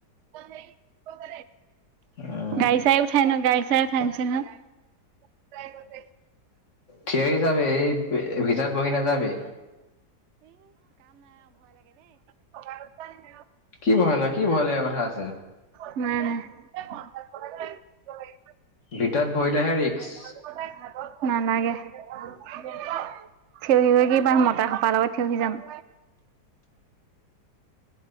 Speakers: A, on the right (about 75°); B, on the left (about 45°).
A: সেই প খ
B: উম
A: গাড়ী চাই উঠাই ন গাই চাৰ থছে না <inaudible> তাইতে
B: থিয়ৰি যাবি এই ভিতৰত বহি নাযাবি।
A: কমাৰত
B: কি ভয় কি ভয় লগা কথা আছে।
A: উম
B: ভিতৰত ভৰিলেহে ৰিক্স
A: তোমোকৰ তাই ঘাটত নালাগে থিয়হি গ কিবাৰ মতা খপাৰ লগত থিয়হি যাম